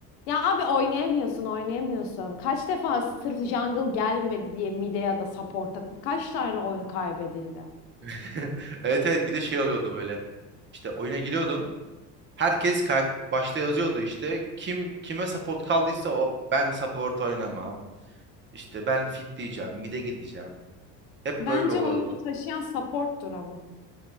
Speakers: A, on the left; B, on the right.
A: Ya abi oynayamıyorsun, oynayamıyorsun. Kaç defa sırf jungle gelmedi diye mid'e ya da support'a kaç tane oyun kaybedildi?
B: <laughs> Evet evet bir de şey oluyordu böyle. İşte oyuna giriyordun. Herkes karak- başta yazıyordu işte. Kim kime support kaldıysa o ben support oynamam. İşte ben fit diyeceğim, mid'e gideceğim. Hep
A: Bence
B: böyle oluyordu.
A: oyunu taşıyan support'tur ama.